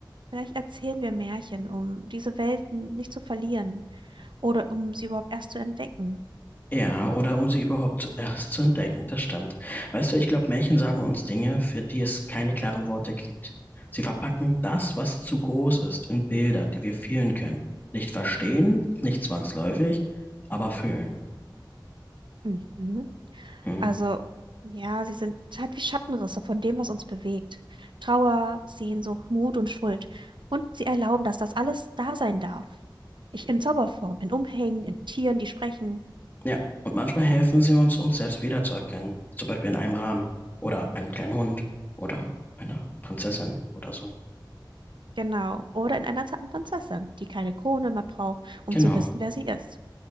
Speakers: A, on the right (about 70°); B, on the left (about 25°).
A: vielleicht erzählen wir Märchen, um diese Welten nicht zu verlieren oder um sie überhaupt erst zu entdecken.
B: Ja, oder um sie überhaupt erst zu entdecken, das stimmt. Weißt du, ich glaube, Märchen sagen uns Dinge, für die es keine klaren Worte gibt. Sie verpacken das, was zu groß ist, in Bilder, die wir fühlen können. Nicht verstehen, nicht zwangsläufig, aber fühlen.
A: Mhm.
B: Hm.
A: Also, ja, sie sind halt wie Schattenrisse von dem, was uns bewegt. Trauer, Sehnsucht, Mut und Schuld. Und sie erlauben, dass das alles da sein darf. Ich in Zauberform, in Umhängen, in Tieren, die sprechen.
B: Ja, und manchmal helfen sie uns, uns selbst wiederzuerkennen. Zum Beispiel in einem Raben oder einem kleinen Hund oder einer Prinzessin oder so.
A: Genau. Oder in einer zarten Prinzessin, die keine Krone mehr braucht, um
B: Genau.
A: zu wissen, wer sie ist.